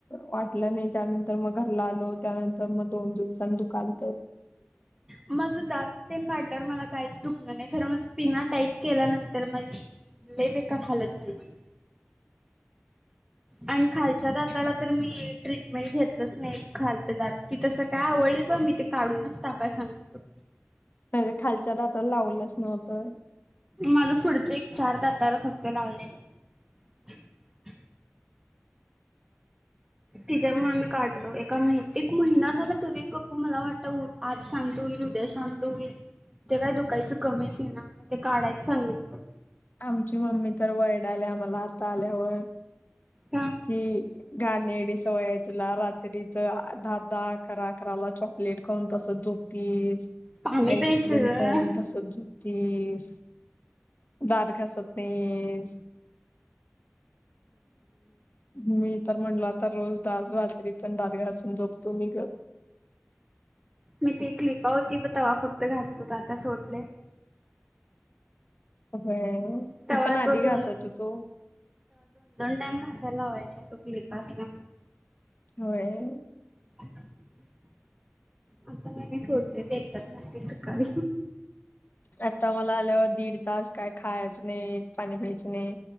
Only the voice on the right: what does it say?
माझं दात तेन काढल्यावर मला काहीच दुखलं नाही खर मग पिना टाईट केल्यानंतर माझी लई बेकार हालत व्हायची आणि खालच्या दाताला तर मी ट्रीटमेंट घेतलच नाही खालच दात की तस काय आवळलीत प मी ते काढून टाकाय सांगितलो.
माला पुढच एक चार दाताला फक्त लावलेल. हम्म तिच्यामुळे मी काढलो एका महि एक महिना झाला. तरी गप्प मला वाटत उ आज शांत होईल उद्या शांत होईल ते काय दुखायचं कमीच ये ना मग ते काढायच सांगितलं.
का
पाणी
प्यायचं
ग
मी ती क्लिप वटी तवा फक्त घासत होता. आता सोडलयं.
तवा
तो दोन
टाईम घासायला लावायचा तो <unintelligible> पा सला
<inaudible> आता नाही मी सोडले बाई एकदाच घासते, सकाळी.